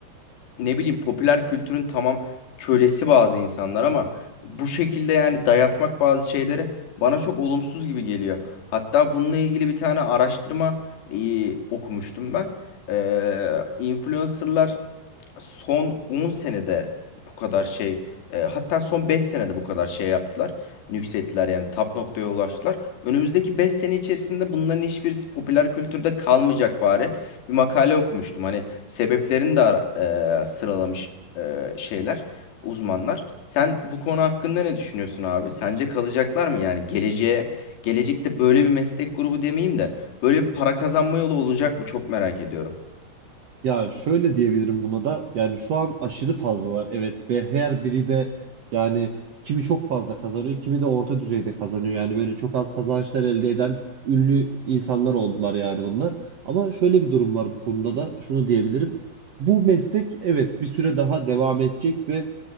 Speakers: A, on the left (about 85°); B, on the right (about 60°).
A: ne bileyim popüler kültürün tamam kölesi bazı insanlar ama bu şekilde yani dayatmak bazı şeyleri bana çok olumsuz gibi geliyor. Hatta bununla ilgili bir tane araştırma e, okumuştum ben. Ee, influencerlar son 10 senede bu kadar şey e, hatta son 5 senede bu kadar şey yaptılar. Yükselttiler yani tap noktaya ulaştılar. Önümüzdeki 5 sene içerisinde bunların hiçbirisi popüler kültürde kalmayacak bari. Bir makale okumuştum. Hani sebeplerini de ara- e, sıralamış e, şeyler, uzmanlar. Sen bu konu hakkında ne düşünüyorsun abi? Sence kalacaklar mı yani geleceğe gelecekte böyle bir meslek grubu demeyeyim de böyle bir para kazanma yolu olacak mı? Çok merak ediyorum.
B: Ya şöyle diyebilirim buna da yani şu an aşırı fazlalar evet ve her biri de yani kimi çok fazla kazanıyor kimi de orta düzeyde kazanıyor yani böyle çok az kazançlar elde eden ünlü insanlar oldular yani bunlar ama şöyle bir durum var bu konuda da şunu diyebilirim bu meslek evet bir süre daha devam edecek ve